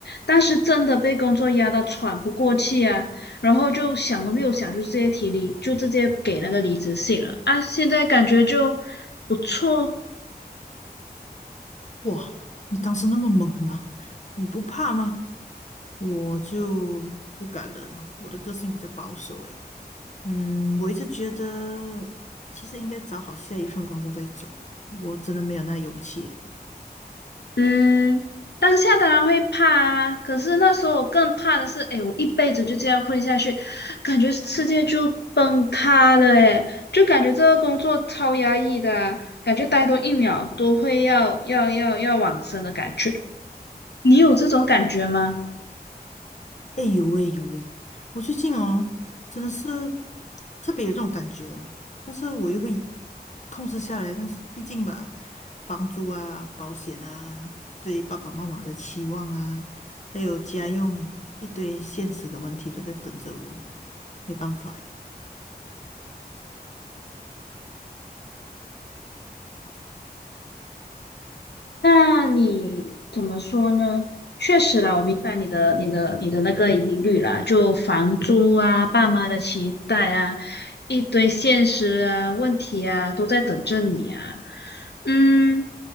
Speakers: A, on the left (about 85°); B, on the left (about 45°).
A: 当时真的被工作压到喘不过气啊，然后就想都没有想，就直接提离，就直接给那个离职信了啊。现在感觉就不错，
B: 哇，你当时那么猛吗？你不怕吗？我就不敢了，我的个性比较保守诶。嗯，我一直觉得其实应该找好下一份工作再走，我真的没有那勇气。
A: 嗯，当下当然会怕啊，可是那时候我更怕的是，诶，我一辈子就这样混下去，感觉世界就崩塌了，诶，就感觉这个工作超压抑的啊感觉待多一秒都会要要要要往生的感觉。你有这种感觉吗？
B: 哎，有哎有哎，我最近哦，真的是特别有这种感觉哦，但是我又会控制下来，但是毕竟吧，房租啊、保险啊、对爸爸妈妈的期望啊，还有家用一堆现实的问题都在等着我，没办法诶
A: 那你怎么说呢？确实啦，我明白你的、你的、你的那个疑虑啦，就房租啊、爸妈的期待啊，一堆现实啊、问题啊，都在等着你啊。嗯，